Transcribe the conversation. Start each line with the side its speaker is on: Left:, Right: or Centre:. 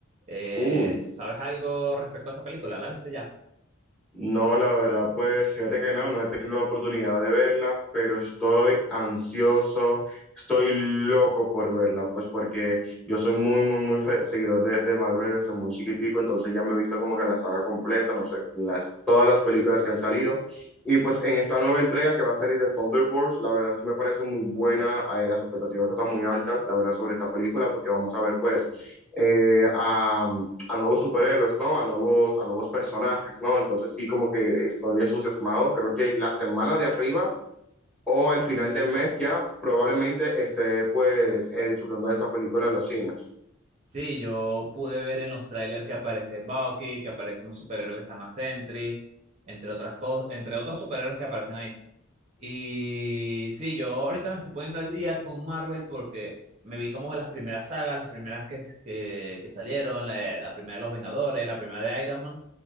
Right: Eh,
Centre: Uy,
Right: ¿sabes algo respecto a esa película? ¿La viste ya?
Centre: no, la verdad, pues fíjate que no, no he tenido la oportunidad de verla, pero estoy ansioso, estoy loco por verla, pues porque yo soy muy, muy, muy fe- seguidor de, de Marvel desde muy chiquitico, entonces ya me he visto como que la saga completa, no sé, las, todas las películas que han salido. Y pues en esta nueva entrega que va a salir de Thunderbolts, la verdad sí me parece muy buena, eh, las expectativas están muy altas, la verdad, sobre esta película, porque vamos a ver pues eh, a nuevos superhéroes, ¿no? A nuevos, a nuevos personajes, ¿no? Entonces sí, como que estoy entusiasmado. Creo que la semana de arriba o al final del mes ya probablemente esté pues eh, disfrutando de esta película en los cines.
Right: Sí, yo pude ver en los trailers que aparece Bucky, que aparece un superhéroe que se llama Sentry, entre otras cosas, entre otros superhéroes que aparecen ahí. Y sí, yo ahorita me estoy poniendo al día con Marvel porque me vi como las primeras sagas, las primeras que, que, que salieron, la, la primera de Los Vengadores, la primera de Iron Man,